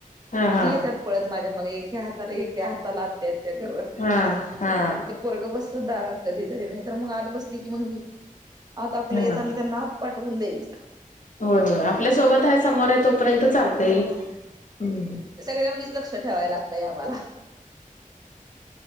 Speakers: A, on the left; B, on the right.
A: हा
B: मध्ये
A: हा
B: ती येतात पळत माझ्या या हाताला एक त्या हाताला आत्या <unintelligible> घरात
A: हा हा
B: मग ते पोरग बसत दारात कधीतरी नाही तर मग आत बसली की मग भी आता आपलं
A: हा
B: येताना त्यांना आत. पटवून द्यायचं.
A: होय होय आपल्या सोबत आहे समोर आहे तोपर्यंत चालत
B: हा
A: हम्म.
B: सगळ्यांनीच लक्ष ठेवायला लागतंय आम्हाला